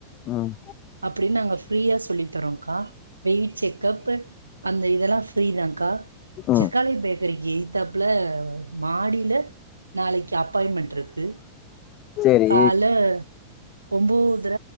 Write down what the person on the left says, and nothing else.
ம்
ம்
சேரி